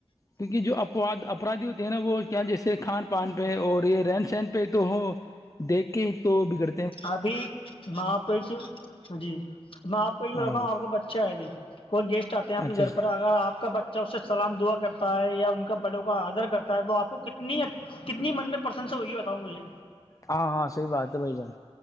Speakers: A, on the left; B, on the left.
A: کیونکہ جو اپاد اپرادھی ہوتے ہیں نا وہ کیا جیسے کھان پان پہ اور یہ رہن سہن پہ تو ہو دیکھ کے تو بگڑ
B: ابھی ماںپس جیپ کوئی
A: ہاں
B: ہو رہتا تھا آ کا بچہ ہے بھی کوئی جیس چاہتے ہیں اپنے
A: اچھا اچھا
B: گھر پر اگر آپ کا بچہ اس سے سلام دعا کرتا ہے یا ان کا بڑوں کا آدر کرتا ہے تو آپ کتنی کتنی مننے پ پرسنس ہوگی بتاؤں مجھے
A: ہاں ہاں سی بات ہے بائی جان